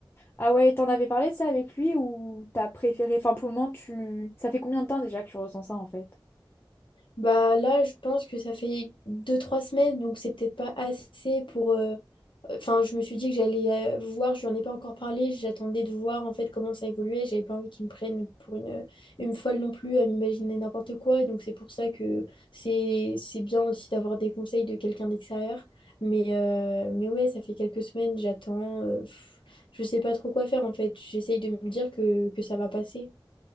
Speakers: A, on the left; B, on the left.
A: Ah ouais, t'en avais parlé de ça avec lui ou t'as préféré, enfin pour le moment, tu... Ça fait combien de temps déjà que tu ressens ça en fait?
B: Bah là, je pense que ça fait deux trois semaines, donc c'est peut-être pas assez pour... euh, Enfin, je me suis dit que j'allais euh, voir, je n'en ai pas encore parlé, j'attendais de voir en fait comment ça évoluait, j'avais pas envie qu'ils me prennent pour une, une folle non plus à m'imaginer n'importe quoi, donc c'est pour ça que c'est c'est bien aussi d'avoir des conseils de quelqu'un d'extérieur. Mais, euh, mais ouais, ça fait quelques semaines, j'attends, euh, pff, je sais pas trop quoi faire en fait, j'essaye de me dire que, que ça va passer.